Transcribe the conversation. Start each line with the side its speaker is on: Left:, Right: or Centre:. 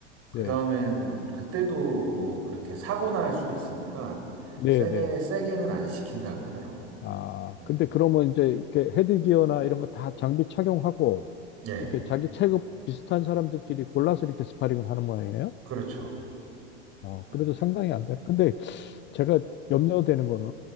Right: 그
Left: 네,
Right: 다음에 뭐 그때도 뭐 그렇게 사고 날 수도 있으니까
Left: 네,
Right: 세게
Left: 네.
Right: 세게는 안 시킨다고 하더라고요.
Left: 아,
Right: 예,
Left: 근데 그러면 이제 이렇게 헤드기어나 이런 거 다 장비 착용하고,
Right: 예,
Left: 이렇게 자기 체급 비슷한 사람들끼리 골라서 이렇게 스파링을 하는 모양이네요?
Right: 그렇죠.
Left: 어,
Right: 예,
Left: 그래도 상당히 안 돼. 근데 제가 염려되는 거는